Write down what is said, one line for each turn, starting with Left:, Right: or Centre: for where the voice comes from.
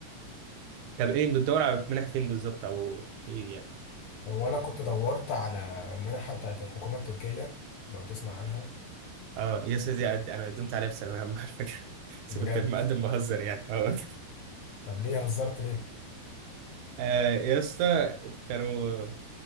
Right: طب ايه بتدور على منح فين بالظبط او ايه يعني
Left: وانا كنت دورت على المنحه بتاعت الحكومه التركيه لو تسمع عنها
Right: اه يس دي قد... انا قدمت عليها في ثانويه عامه على فكره <laughs> بس
Left: بجد
Right: كنت مقدم بهزر يعني اه
Left: طب ليه هزرت ليه
Right: آه، يا اسطى كانوا